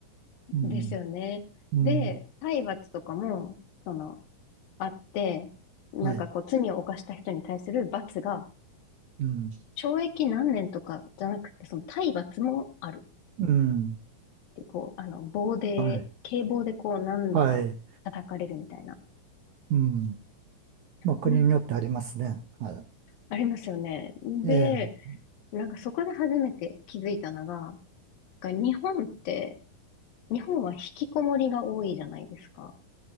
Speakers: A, on the right (about 75°); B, on the left (about 75°).
A: うん、
B: ですよね。
A: うん、
B: で、体罰とかも、その、あって、なんかこう、
A: はい。
B: 罪を犯した人に対する罰が
A: うん、
B: 懲役何年とかじゃなくて、その体罰もある
A: うん、
B: っていう、こう、あの、棒で、
A: はい。
B: 警棒でこう何度か叩かれるみたいな、
A: はい。うんまあ、国によってありますね。
B: うん
A: は
B: ありますよね。
A: い。
B: で、
A: ええ、
B: なんかそこで初めて気づいたのが、が日本って、日本は引きこもりが多いじゃないですか。